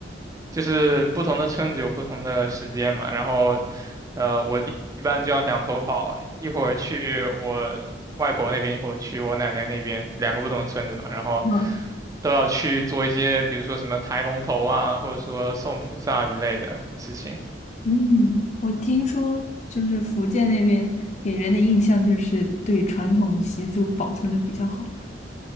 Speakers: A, on the right; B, on the left.
A: 就是不同的村子有不同的时间嘛，然后呃，我一一般就要两头跑，一会儿去我外婆那边，一会儿去我奶奶那边，两个不同的村子嘛，然后
B: 嗯
A: 都要去做一些，比如说什么抬龙头啊，或者说送菩萨之类的事情。
B: 嗯，我听说就是福建那边给人的印象就是对传统习俗保存的比较好，